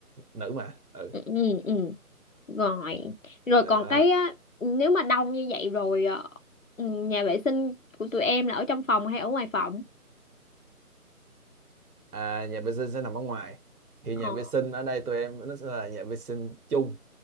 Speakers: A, on the right; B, on the left.
A: nữ mà ừ
B: ừ ừ ừ. rồi rồi
A: đó
B: còn cái á, nếu mà đông như vậy rồi ờ, ừ, nhà vệ sinh của tụi em là ở trong phòng hay ở ngoài phòng
A: À, nhà vệ sinh sẽ nằm ở ngoài. Thì
B: ờ
A: nhà vệ sinh ở đây tụi em nó sẽ là nhà vệ sinh chung.